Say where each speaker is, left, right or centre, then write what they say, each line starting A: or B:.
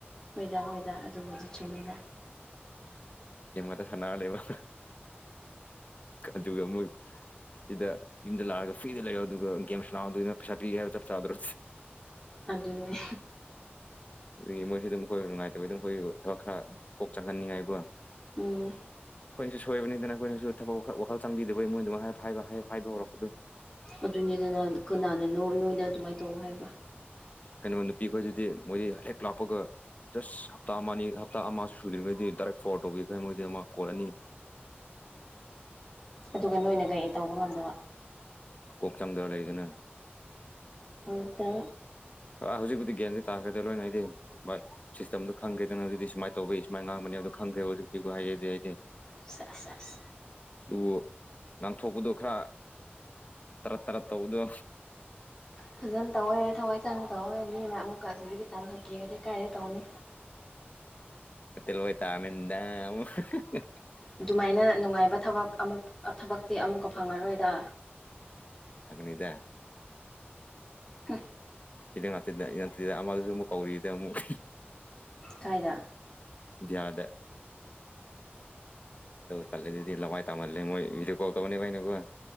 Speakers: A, on the left (about 20°); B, on the left (about 35°).
A: ꯍꯣꯏꯗ ꯍꯣꯏꯗ ꯑꯗꯨꯕꯨꯗꯤ ꯆꯨꯝꯃꯤꯗ
B: <unintelligible> ꯅꯅꯥ ꯂꯩꯦꯕ ꯑꯗꯨꯒꯒ ꯑꯃꯨ ꯁꯤꯗ ꯌꯨꯝꯗ ꯂꯥꯛꯑꯒ ꯐ꯭ꯔꯤꯗ ꯂꯩ ꯑꯗꯨꯒ ꯒꯦꯝꯁ ꯁꯥꯅꯧꯋꯣ ꯂꯥꯛꯗ ꯄꯩꯁꯥ ꯄꯤꯒꯦ ꯍꯥꯏꯕ ꯆꯞ ꯆꯥꯗ꯭ꯔꯣ
A: ꯑꯗꯨꯅꯤ
B: ꯑꯗꯨꯒꯤ ꯃꯣꯏꯁꯨ ꯑꯗꯨꯝ ꯑꯩꯈꯣꯏ ꯅꯨꯡꯉꯥꯏꯇꯕꯩ ꯑꯗꯨꯝ ꯑꯩꯈꯣꯏ ꯊꯕꯛ ꯈꯔ ꯀꯣꯛ ꯆꯪꯍꯟꯅꯤꯡꯉꯥꯏꯀꯣ
A: ꯎꯝ
B: ꯑꯩꯈꯣꯏꯅꯁꯨ ꯁꯣꯏꯕꯅꯤꯅ ꯑꯩꯈꯣꯏꯁꯨ ꯊꯕꯛꯈ ꯋꯥꯈꯜ ꯆꯪꯕꯤꯗꯕꯒꯤ ꯃꯣꯏꯗꯨꯃ ꯍꯥꯏ ꯍꯥꯏꯕ ꯍꯧꯔꯛꯄꯗꯨ
A: ꯑꯗꯨꯅꯤꯗꯅ ꯀꯅꯥꯅꯅꯣ ꯅꯣꯏꯅ ꯑꯗꯨꯃꯥꯏꯅ ꯇꯧ ꯍꯥꯏꯕ꯭ꯔꯥ
B: ꯀꯩꯅꯣ ꯅꯨꯄꯤ ꯈꯣꯏꯗꯗꯤ ꯃꯣꯏꯗꯤ ꯍꯦꯛ ꯂꯥꯛꯄꯒ ꯖꯁ ꯍꯞꯇꯥ ꯑꯃꯅꯤ ꯍꯞꯇꯥ ꯑꯃꯁꯨ ꯁꯨꯗ꯭ꯔꯤꯉꯩꯗꯤ ꯗꯥꯏꯔꯦꯛ ꯐꯣꯔꯋꯥꯠ ꯇꯧꯕꯤꯈ꯭ꯔꯦ ꯃꯣꯏꯗꯤ ꯑꯃ ꯀꯣꯜꯂꯅꯤ
A: ꯑꯗꯨꯒ ꯅꯣꯏꯅ ꯀꯩ ꯇꯧꯕ ꯉꯝꯗꯕ
B: ꯀꯣꯛ ꯆꯪꯗꯕ ꯂꯩꯗꯅ
A: ꯍꯣꯏꯗ
B: ꯑꯥ ꯍꯧꯖꯤꯛꯄꯗꯤ ꯒ꯭ꯌꯥꯁ ꯇꯥꯈ꯭ꯔꯗ ꯂꯣꯏꯅ ꯑꯩꯗꯤ ꯁꯤꯁꯇꯦꯝꯗꯣ ꯈꯪꯈ꯭ꯔꯦꯗꯅ ꯍꯧꯖꯤꯛꯇ ꯁꯨꯃꯥꯏꯅ ꯇꯧꯕꯤ ꯁꯨꯃꯥꯏꯅ ꯉꯥꯡꯕꯅꯤ <unintelligible> ꯈꯪꯈ꯭ꯔꯦ ꯍꯧꯖꯤꯛꯇꯤ ꯍꯥꯏ ꯑꯗꯨꯗꯤ ꯍꯥꯏꯗꯤ
A: ꯁꯦꯁ ꯁꯦꯁ
B: ꯑꯗꯨꯕꯨ ꯉꯥꯡꯊꯣꯛꯄꯗꯣ ꯈꯔ ꯇꯔꯠ ꯇꯔꯠ ꯇꯧꯕꯗꯣ
A: ꯐꯖꯅ ꯇꯧꯋꯦ ꯊꯋꯥꯏ ꯆꯪ ꯇꯧꯋꯦ ꯃꯤꯅ ꯑꯃꯨꯛꯀ ꯑꯗꯨ ꯈꯤ ꯇꯥꯟꯁꯨꯄꯤꯔꯗꯤ ꯀꯥꯏꯔꯦ ꯇꯧꯅꯤ
B: <unintelligible> <unintelligible> <unintelligible>
A: ꯑꯗꯨꯃꯥꯏꯅ ꯅꯨꯡꯉꯥꯏꯕ ꯊꯕꯛ ꯑꯃꯨꯛ ꯊꯕꯛꯇꯤ ꯑꯃꯨꯛꯀ ꯐꯪꯉꯔꯣꯏꯗ
B: ꯊꯛꯀꯅꯤꯗ
A: ꯍꯥ
B: ꯁꯤꯗ ꯉꯥꯛꯇꯗ <unintelligible> ꯑꯃꯗꯁꯨ ꯑꯃꯨꯛ ꯀꯧꯔꯤꯗ ꯑꯃꯨꯛ
A: ꯀꯥꯏꯗ
B: ꯕꯤꯍꯥꯔꯗ <unintelligible> ꯂꯥꯋꯥꯏ ꯇꯥꯃꯜꯂꯦ ꯃꯣꯏ ꯚꯤꯗꯤꯌꯣ ꯀꯣꯜ ꯇꯧꯅꯤꯕ ꯃꯣꯏ